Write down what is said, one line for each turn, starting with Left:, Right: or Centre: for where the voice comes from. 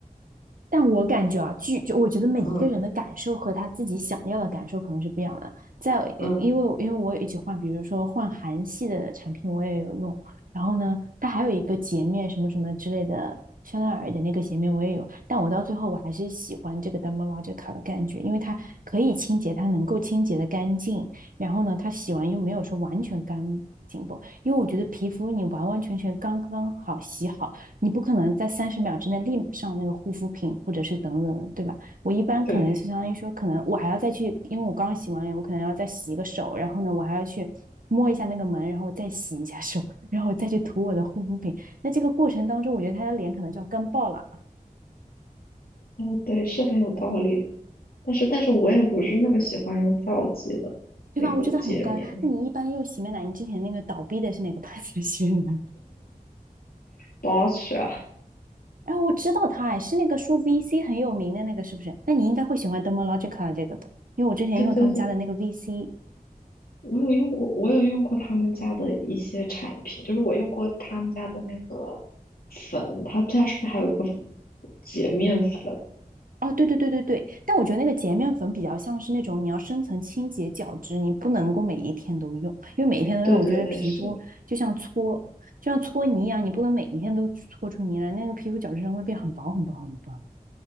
Right: 但我感觉啊，据就我觉得每一个人的感受和他自己想要的感受可能是不一样的。
Left: 嗯
Right: 在呃因为因为我有一起换，
Left: 嗯，
Right: 比如说换韩系的产品，我也有用。然后呢，它还有一个洁面什么什么之类的，香奈儿的那个洁面我也有。但我到最后我还是喜欢这个 Dermalogica 的感觉，因为它可以清洁，它能够清洁的干净。然后呢，它洗完又没有说完全干净不，因为我觉得皮肤你完完全全刚刚好洗好。你不可能在三十秒之内立马上那个护肤品或者是等等对吧？我一般可能就相当于说，
Left: 对，
Right: 可能我还要再去，因为我刚刚洗完脸，我可能要再洗一个手，然后呢，我还要去摸一下那个门，然后再洗一下手，然后我再去涂我的护肤品。那这个过程当中，我觉得他的脸可能就要干爆了，
Left: 哦对，是很有道理。但是但是我也不是那么喜欢用皂基的那个洁面
Right: 对吧？我觉得很干。那你一般用洗面奶，你之前那个倒闭的是哪个牌子的洗面奶？
Left: b o s h 啊，
Right: <laughs> 哎，我知道它，哎，是那个说 VC 很有名的那个，是不是？那你应该会喜欢 Dermalogica 这个的，因为我之前用他们家的那个
Left: 对对对，
Right: VC
Left: 我有用过，我有用过他们家的一些产品，就是我用过他们家的那个粉，他们家是不是还有一个洁面粉？
Right: 哦，对对对对对，但我觉得那个洁面粉比较像是那种你要深层清洁角质，你不能够每一天都用，因为每一天都用，
Left: 对对对，
Right: 我觉得皮肤就像搓就像搓泥一样，
Left: 是，
Right: 你不能每一天都搓出泥来，那个皮肤角质层会变很薄很薄很薄。